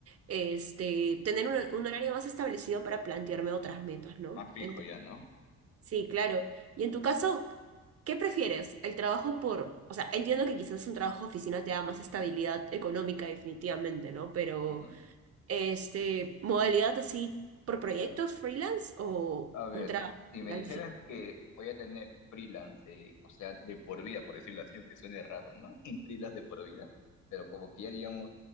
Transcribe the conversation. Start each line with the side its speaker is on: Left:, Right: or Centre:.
Right: este, tener un, un horario más establecido para plantearme otras metas, ¿no?
Left: Más fijo
Right: Entonces,
Left: ya, ¿no?
Right: sí, claro. Y en tu caso, ¿qué prefieres? El trabajo por, o sea, entiendo que quizás un trabajo de oficina te da más estabilidad económica definitivamente, ¿no? Pero,
Left: Ujú.
Right: este, modalidad así por proyectos freelance o
Left: A ver,
Right: un trabajo
Left: si me
Right: al
Left: dijeras
Right: fin.
Left: que voy a tener freelance, de- o sea, de por vida, por decirlo así, que suene raro, ¿no? <laughs> Freelance de por vida, pero como que ya digamos,